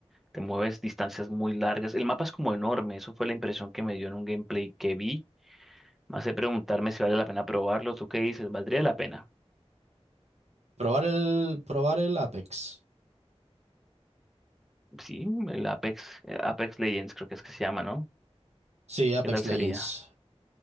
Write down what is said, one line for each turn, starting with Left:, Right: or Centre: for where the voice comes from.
Centre: te mueves distancias muy largas, el mapa es como enorme, eso fue la impresión que me dio en un gameplay que vi, me hace preguntarme si vale la pena probarlo, ¿tú qué dices? ¿Valdría la pena?
Right: Probar el, probar el Apex.
Centre: Sí, el Apex, eh, Apex Legends creo que es que se llama, ¿no?
Right: Sí, Apex
Centre: ¿Qué tal
Right: Legends.
Centre: sería?